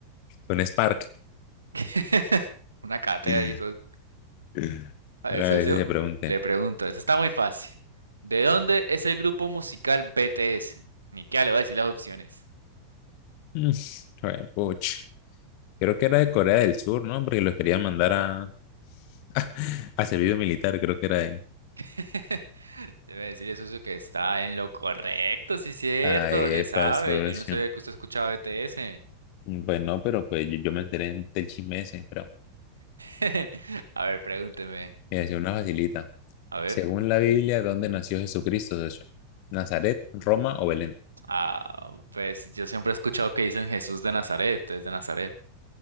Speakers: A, on the left (about 45°); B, on the right (about 80°).
A: Un Spark.
B: <laughs> Una cátedra
A: <clears throat>
B: ahí, socio.
A: <laughs>
B: A ver,
A: Ahora
B: socio,
A: a veces se pregunte.
B: le pregunto, eso está muy fácil. ¿De dónde es el grupo musical BTS? Ni qué le voy a decir las opciones.
A: Mm, joder, puch. Creo que era de Corea del Sur, ¿no? Porque los querían mandar a, <laughs> a servicio militar, creo que era de...
B: <laughs> Debe decirle, socio, que está en lo correcto, sí, cierto,
A: Ah, epa,
B: le sabe.
A: socio.
B: Yo no sabía que usted escuchaba BTS.
A: Pues no, pero pues yo, yo me enteré en- del chisme ese, pero
B: <laughs> A ver, pregúnteme.
A: me decía una facilita.
B: A ver.
A: Según la Biblia, ¿dónde nació Jesucristo, socio? ¿Nazaret, Roma o Belén?
B: Ah, pues yo siempre he escuchado que dicen Jesús de Nazaret, es de Nazaret.